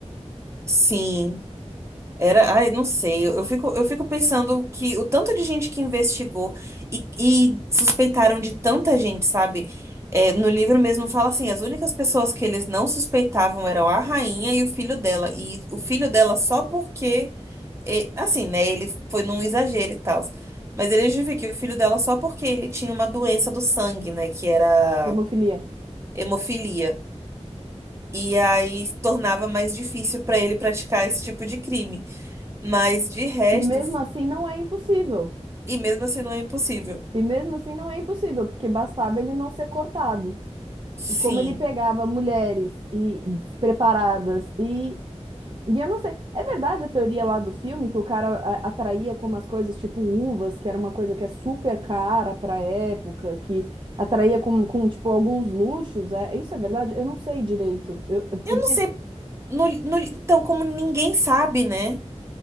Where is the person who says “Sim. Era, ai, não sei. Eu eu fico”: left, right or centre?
Right